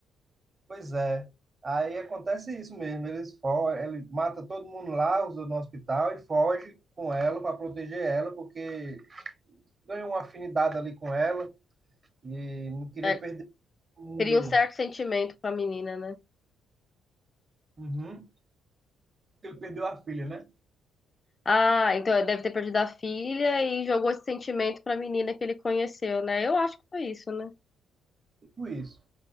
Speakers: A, on the right (about 30°); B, on the left (about 30°).
A: Pois é. Aí acontece isso mesmo. Eles for, ele mata todo mundo lá, os do no hospital e foge com ela para proteger ela, porque ganhou uma afinidade ali com ela e não queria
B: É,
A: perder o mundo.
B: cria um certo sentimento com a menina, né?
A: Uhum. Porque Ele perdeu a filha, né?
B: Ah, então ele deve ter perdido a filha e jogou esse sentimento pra menina que ele conheceu, né? Eu acho que foi isso, né?
A: Tipo isso.